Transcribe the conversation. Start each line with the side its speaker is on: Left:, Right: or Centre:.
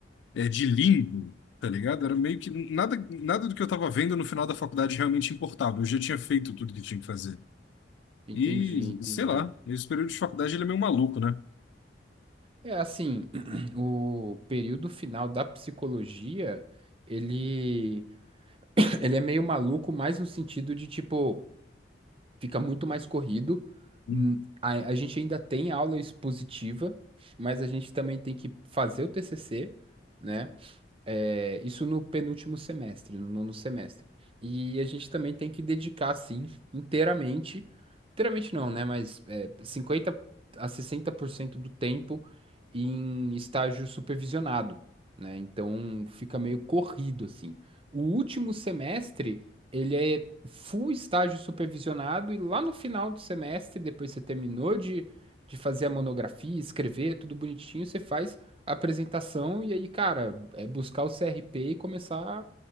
Left: é, de lindo, tá ligado? Era meio que nada, nada do que eu tava vendo no final da faculdade realmente importava. Eu já tinha feito tudo que tinha que fazer.
Right: Entendi,
Left: E,
Right: entendi.
Left: sei lá, esse período de faculdade ele é meio maluco, né?
Right: É assim, <clears throat> o período final da psicologia, ele Ele é meio maluco, mas no sentido de, tipo, fica muito mais corrido.
Left: Uhum.
Right: Hum, A, a gente ainda tem aula expositiva, mas a gente também tem que fazer o TCC, né? É, isso no penúltimo semestre, no nono semestre. E a gente também tem que dedicar, sim, inteiramente, inteiramente não, né? Mas é, 50 a 60% do tempo em estágio supervisionado, né? Então fica meio corrido, assim. O último semestre, ele é full estágio supervisionado, e lá no final do semestre, depois você terminou de, de fazer a monografia, escrever, tudo bonitinho, você faz a apresentação e aí, cara, é buscar o CRP e começar